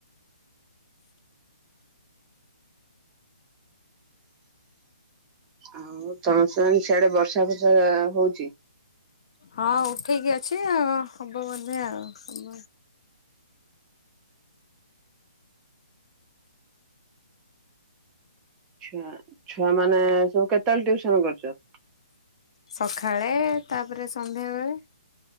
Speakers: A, on the right; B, on the left.
A: ଆଉ <unintelligible> ସିଆଡେ ବର୍ଷା ଫର୍ଷା ହଉଛି।
B: ହଁ ହଉ ଠିକ ଅଛି ଆ ହବ ବୋଧେ ଆଉ ହବ।
A: ଛୁଆ ଛୁଆ ମାନେ ସବୁ କେତେବେଳେ ଟିୟୁସନ କରୁଚ?
B: ସକାଳେ ତାପରେ ସନ୍ଧ୍ୟାବେଳେ।